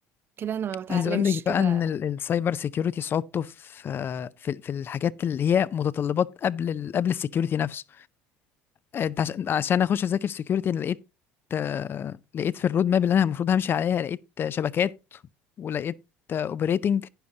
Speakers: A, on the right; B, on the left.
A: كده انا ما بتعلمش
B: عايز اقول لك
A: كده
B: بقى ان ال- السايبر سيكيورتي صعوبته في في في الحاجات اللي هي متطلبات قبل ال... قبل السيكيورتي نفسه انت عشان عشان اخش اذاكر سكيورتي انا لقيت آه، لقيت في الرود ماب اللي انا المفروض همشي عليها لقيت آه، شبكات ولقيت اوبريتنج